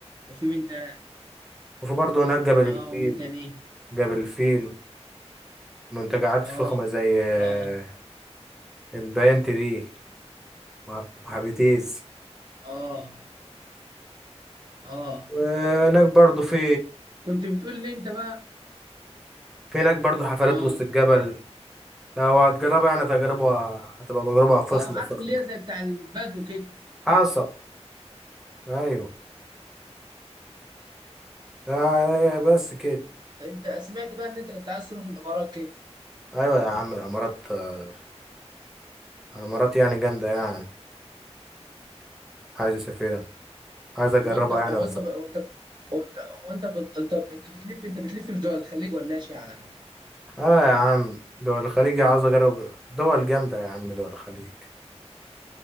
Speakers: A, on the right (about 40°); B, in the centre.
A: وفي مين تاني
B: وفي برضه هناك جبل
A: اه
B: الفيل
A: ومين تاني
B: جبل الفيل منتجعات
A: اه
B: فخمة زي آه،
A: اه
B: البيان تري و- وهابيتيز
A: اه اه
B: وهناك برضو في
A: كنت بتقول لي انت بقى
B: في هناك برضو حفلات
A: اه
B: وسط الجبل لو هتجربها يعني تجربة هتبقى تجربة فخمة
A: اه عارف
B: فخمة
A: اللي هي زي بتاع البدو كده
B: حصل أيوة آه، بس كده
A: انت سمعت بقى ان انت كنت عايز تروح الامارات كده
B: أيوة يا عم الإمارات آه، الإمارات يعني جامدة يعني عايز أسافرها عايز أجربها
A: هو انت هو
B: يعني أصلا
A: انت ب... هو انت هو انت هو انت ب... انت انت بتلف انت بتلف في دول الخليج ولا اشعه
B: آه يا عم دول الخليج عاوز أجرب دول جامدة يا عم دول الخليج